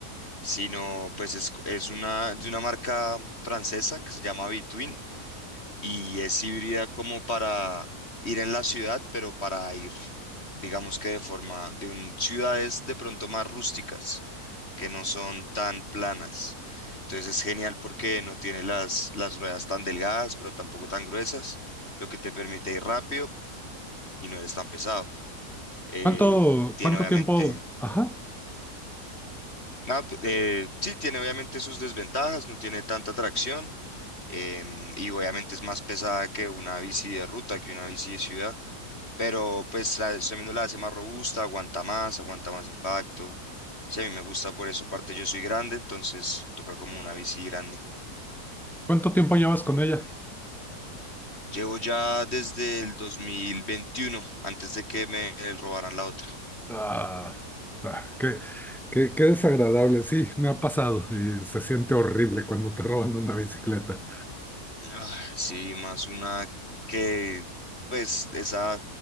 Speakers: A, on the left; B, in the centre.
A: sino pues es, es una, de una marca francesa que se llama Between y es híbrida como para ir en la ciudad, pero para ir, digamos que de forma de un, ciudades de pronto más rústicas que no son tan planas. Entonces es genial porque no tiene las, las ruedas tan delgadas, pero tampoco tan gruesas, lo que te permite ir rápido y no eres tan pesado. Eh,
B: ¿Cuánto,
A: tiene
B: cuánto
A: obviamente,
B: tiempo, ajá,
A: no, p- eh, sí, tiene obviamente sus desventajas, no tiene tanta tracción em, y obviamente es más pesada que una bici de ruta, que una bici de ciudad, pero pues la- eso mismo la hace más robusta, aguanta más, aguanta más impacto. Sí, a mí me gusta por eso. Aparte, yo soy grande, entonces toca como una bici grande.
B: cuánto tiempo llevas con ella?
A: Llevo ya desde el 2021, antes de que me robaran la otra.
B: Ah, ah, qué, qué, qué desagradable, sí, me ha pasado y se siente horrible cuando te roban una bicicleta.
A: Ay, sí, más una que, pues, esa